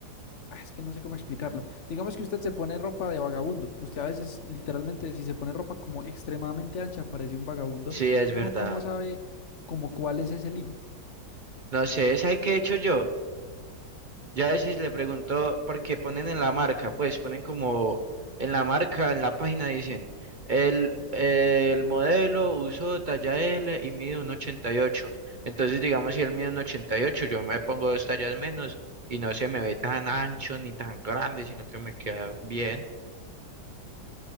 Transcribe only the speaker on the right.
Sí, es
verdad.
No sé, ¿sabe qué he hecho yo? Ya a veces le pregunto, porque ponen en la marca, pues ponen como en la marca, en la página dicen, el, el modelo usó talla L y mide un 88. Entonces, digamos, si él mide un 88, yo me pongo dos tallas menos y no se me ve tan ancho ni tan grande, sino que me queda bien.